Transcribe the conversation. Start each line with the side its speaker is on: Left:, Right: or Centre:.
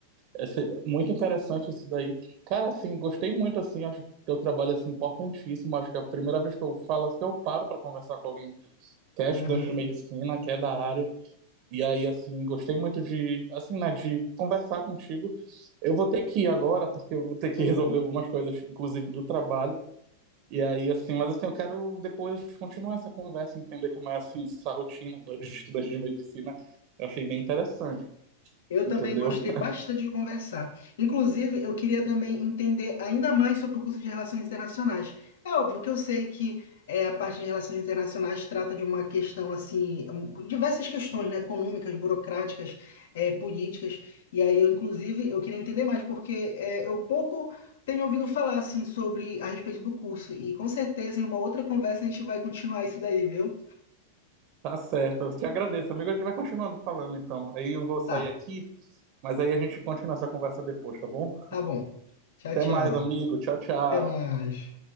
Right: esse- muito interessante isso daí. Cara, assim, gostei muito, assim, acho que teu trabalho, assim, importantíssimo, acho que é a primeira vez que eu falo, assim, que eu paro para conversar com alguém que é estudante
Left: Aham,
Right: de medicina, que é da área, E aí, assim, gostei muito de, assim, né, de conversar contigo. Eu vou ter que ir agora, porque eu vou ter que
Left: aham.
Right: <laughs> resolver algumas coisas, inclusive do trabalho. E aí, assim, mas assim, eu quero depois continuar essa conversa, entender como é, assim, essa rotina do- de estudante de medicina. Eu achei bem interessante,
Left: Eu
Right: entendeu?
Left: também gostei
Right: <laughs>
Left: bastante de conversar. Inclusive, eu queria também entender ainda mais sobre o curso de Relações Internacionais. É óbvio que eu sei que é, a parte de Relações Internacionais trata de uma questão assim, um, diversas questões, né, econômicas, burocráticas, é, políticas. E aí, eu, inclusive, eu queria entender mais, porque é, eu pouco tenho ouvido falar assim sobre a respeito do curso. E com certeza, em uma outra conversa, a gente vai continuar isso daí, viu?
Right: Tá certo. Eu te agradeço, amigo. A gente vai continuando falando, então. Aí eu vou sair
Left: Tá,
Right: aqui, mas aí a gente continua essa conversa depois, tá bom?
Left: tá bom. Tchau,
Right: Até
Left: tchau.
Right: mais, amigo. Tchau, tchau.
Left: Até mais.